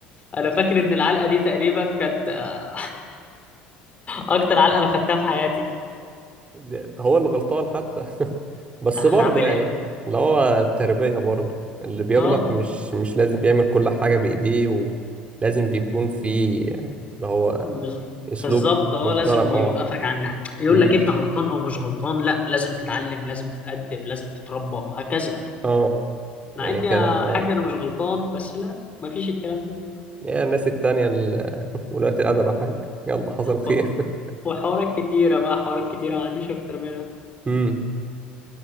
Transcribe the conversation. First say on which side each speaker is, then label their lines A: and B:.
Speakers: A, on the left (about 30°); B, on the right (about 30°).
A: انا فاكر ان العلقه دي تقريبا كانت آه، اكتر علقه انا خدتها في حياتي
B: ده- هو اللي غلطان حتى <laughs> بس
A: هعمل
B: برضه يعني
A: ايه
B: اللي هو التربية برضه اللي بيغلط
A: اه
B: مش مش لازم يعمل كل حاجة بإيديه ولازم بيكون في اللي هو
A: بز-
B: أسلوب
A: بالظبط اه
B: محترم
A: لازم
B: اه
A: يوقفك عن يقول
B: امم
A: لك انت غلطان او مش غلطان لا لازم تتعلم لازم تتأدب لازم تتربى هكذا
B: اه
A: مع
B: يعني
A: ان
B: كلام
A: يا
B: اه
A: حاج انا مش غلطان بس لا مفيش الكلام ده
B: يا الناس التانية ال- <laughs> ولاة الأدب يا حاج يلا حصل خير
A: و- وحوارات كتيرة بقى حوارات كتيرة ما عنديش اكتر منها
B: <laughs> امم